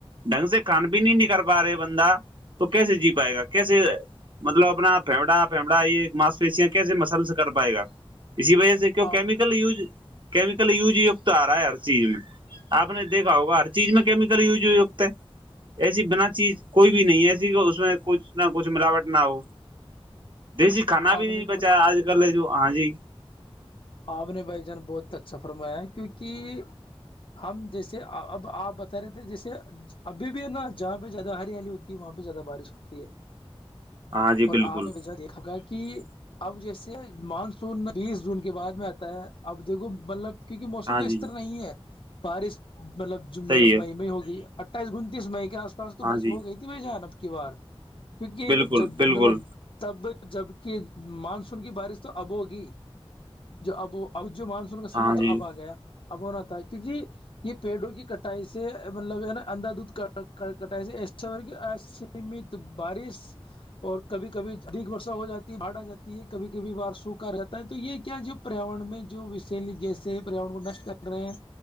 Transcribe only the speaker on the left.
آپ نے
آپ
نے بہت
اچھا
آپ نے بھائی جان بہت اچھا فرمایا کیونکہ ہم جیسے اب آپ بتا رہے تھے جیسے ابھی بھی ہے نا جہاں پہ زیادہ ہریالی ہوتی ہے وہاں پہ زیادہ بارش ہوتی ہے
اور
آپ نے بجا دیکھا گا کہ کہ اب جیسے مانسون بیس جون کے بعد میں آتا ہے اب دیکھو مطلب کیونکہ موسم
کا استر
نہیں ہے بارش مطلب
مطلب مئی
میں ہوگئی اٹھائیس گنتیس مئی کے آس پاس تو
بس
ہو گئی تھی بھائی جان اب کی بار کیونکہ
جب
مطلب تب جب کہ مانسون کی بارش تو اب ہوگی جو اب وہ اب جو مانسون کا سمے
تو اب آ گیا اب ہونا تھا کیونکہ یہ پیڑوں کی کٹائی سے مطلب نا اندھا دودھ کٹائی سے ایس سیمت بارش اور کبھی کبھی دیگ بورشا ہو جاتی ہے باڑ آ جی ہے کبھی کبھی بار سوکھا رہتا ہے تو یہ کیا جو پریاورن میں جو وشیلی جیسے پریاورر کو نشٹ کر رہے ہیں